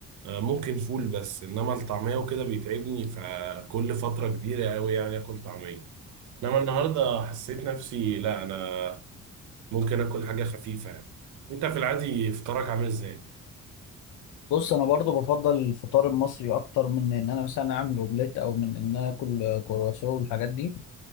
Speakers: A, on the right; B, on the left.
A: آه، ممكن فول بس إنما الطعمية وكده بيتعبني فكل فترة كبيرة قوي يعني آكل طعمية إنما النهاردة حسيت نفسي لا أنا ممكن آكل حاجة خفيفة يعني أنت في العادي فطارك عامل إزاي؟
B: بص انا برضو بفضل الفطار المصري اكتر من ان انا مثلا اعمل اومليت او من ان انا اكل كرواسون والحاجات دي